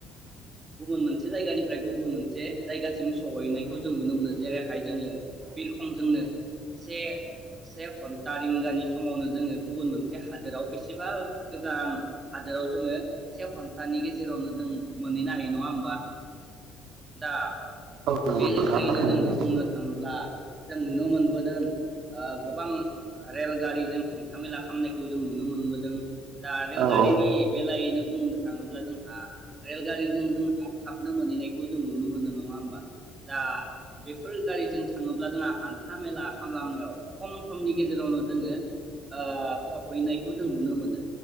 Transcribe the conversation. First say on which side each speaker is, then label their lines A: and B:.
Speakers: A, on the right (about 25°); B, on the right (about 65°).
A: गुबुन मोनसे जायगानिफ्राय गुबुन मोनसे जायगासिम सहैनायखौ जों नुनो मोनो। जेरैहाय जोङो बिरखंजोंनो से से घन्टा रिंगानि समावनो जोङो गुबुन मोनसे हादोराव बेसेबा गोजान हादोराव जोङो से घन्टानि गेजेरावनो जों मोनहैनो हायो नङा होमबा। दा।
B: औ नंगौ
A: बे लेखायैनो
B: नोंथाङा थारैनो
A: जोंहा बुंनो थाङोब्ला जों नुनो मोनबोदों ओ गोबां रेलगारिजों हान्थामेला खालामनायखौ जों नुनो मोनबोदों। दा रेलगारिनि
B: औ औ
A: बेलायैनो। बुंनो थाङोब्ला जोंहा रेलगारिजों जोंहा थाबनो मोनहैनाय। खौ जों नुनो मोनो नङा होनबा दा बेफोर गारिजों थाङोब्ला जोंहा हान्था मेला खालामनायाव खम समनि गेजेरावनो जोङो ओ सहैनायखौ जों नुनो मोनो